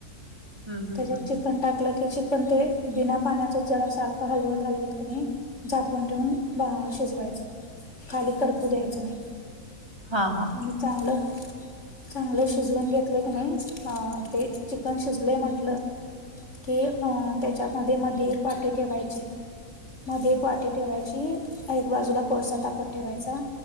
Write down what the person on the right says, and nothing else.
हं, हं,
हं,
हं.
हा हा